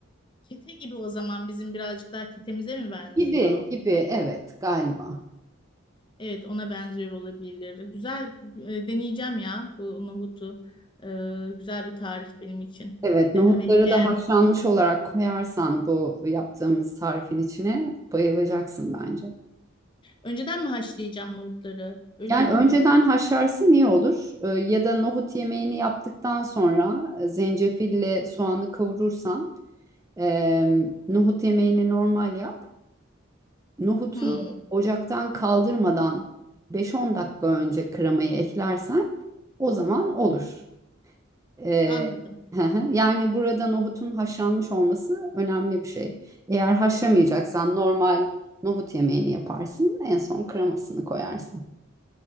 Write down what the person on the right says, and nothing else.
Gibi gibi evet galiba.
Evet nohutları
da haşlanmış olarak koyarsan bu yaptığımız tarifin içine bayılacaksın bence.
Yani
önceden haşlarsın iyi olur. Ee, ya da nohut yemeğini yaptıktan sonra e, zencefille soğanı kavurursan Ee, nohut yemeğini normal yap. Nohutu
ocaktan kaldırmadan 5-10 dakika önce kremayı eklersen o zaman olur. Ee,
<laughs> hı hı. yani burada nohutun haşlanmış olması önemli bir şey. Eğer haşlamayacaksan normal nohut yemeğini yaparsın. En son kremasını koyarsın.